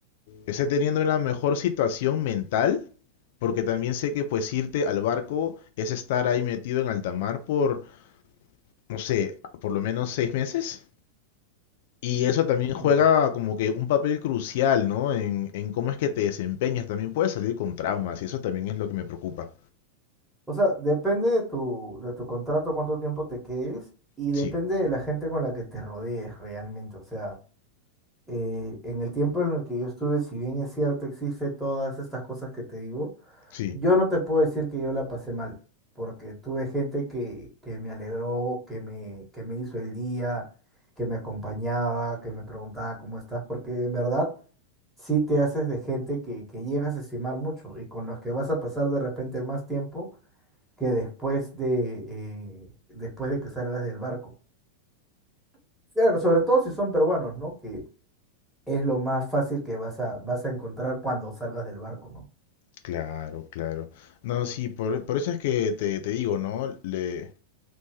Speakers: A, on the left; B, in the centre.
A: esté teniendo una mejor situación mental, porque también sé que pues irte al barco es estar ahí metido en alta mar por, no sé, por lo menos seis meses. Y eso también juega
B: De-
A: como que un papel crucial, ¿no? En, en cómo es que te desempeñas. También puedes salir con traumas y eso también es lo que me preocupa.
B: O sea, depende de tu, de tu contrato, cuánto tiempo te quedes y
A: Sí,
B: depende de la gente con la que te rodees realmente. O sea, eh, en el tiempo en el que yo estuve, si bien es cierto, existe todas estas cosas que te digo,
A: sí,
B: Yo no te puedo decir que yo la pasé mal, porque tuve gente que, que me alegró, que me, que me hizo el día, que me acompañaba, que me preguntaba cómo estás, porque en verdad sí te haces de gente que, que llegas a estimar mucho y con los que vas a pasar de repente más tiempo que después de, eh, después de que salgas del barco. Claro, sobre todo si son peruanos, ¿no? Que es lo más fácil que vas a, vas a encontrar cuando salgas del barco, ¿no?
A: claro, claro. No, sí, por, por eso es que te, te digo, ¿no? Le,